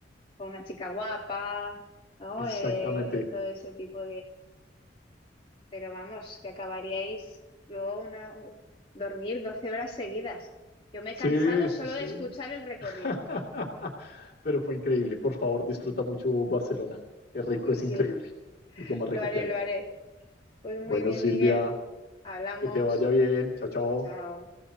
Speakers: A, on the left; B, on the left.
A: con una chica guapa, ¿no?
B: exactamente.
A: Eh, todo ese tipo Pero vamos, que acabaríais luego una, u- dormir 12 horas seguidas. Yo me he
B: Sí,
A: cansado
B: sí,
A: solo
B: sí.
A: de escuchar el recorrido.
B: <laughs> Pero fue increíble, por favor, disfruta mucho Barcelona. Qué rico,
A: Sí,
B: es
A: sí,
B: increíble. Es lo más
A: lo
B: rico
A: haré,
B: que hay.
A: lo haré. Pues muy
B: Bueno,
A: bien,
B: Silvia,
A: Miguel. Hablamos.
B: que te vaya bien. Chao, chao.
A: Chao.